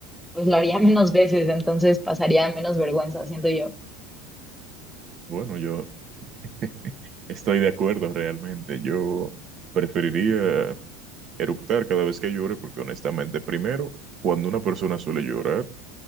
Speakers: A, in the centre; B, on the right.
A: pues lo haría <laughs> menos veces, entonces pasaría menos vergüenza, siento yo. <laughs>
B: Bueno, yo <laughs> estoy de acuerdo realmente, yo preferiría eructar cada vez que llore porque honestamente, primero, cuando una persona suele llorar,